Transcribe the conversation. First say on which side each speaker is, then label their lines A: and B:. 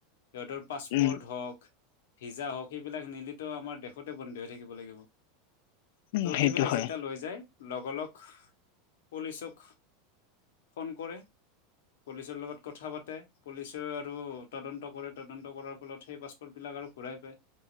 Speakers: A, on the left; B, on the left.
A: সিহঁতৰ পাচ,
B: উম
A: পৰ্ট হক। ভিজা হওক সেইবিলাক নিলেটো আমাৰ দেশতে বন্দী হৈ থাকিব লাগিব।
B: উম
A: ত'
B: সেইটো
A: সেইবিলাক
B: হয়
A: যেতিয়া লৈ যায়, লগ -লগ পুলিচক ফোন কৰে, পুলিচৰ লগত কথা -পাতে পুলিচে আৰু তদন্ত কৰে তদন্ত কৰাৰ, ফলত সেই পাছপৰ্টবিলাক ঘূৰাই পায়।